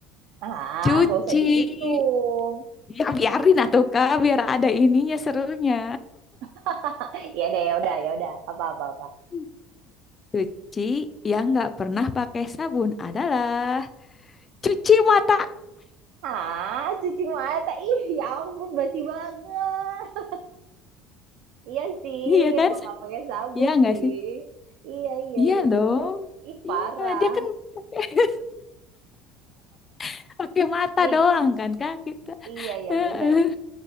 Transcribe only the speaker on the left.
Cuci.
Ya biarin atuh Kak, biar ada ininya serunya.
<laughs> Cuci yang nggak pernah pakai sabun adalah cuci mata.
Iya kan?
Iya nggak
sih?
Iya
dong.
Iya, dia kan pakai <laughs> pakai mata
doang kan Kak kita.
Heeh.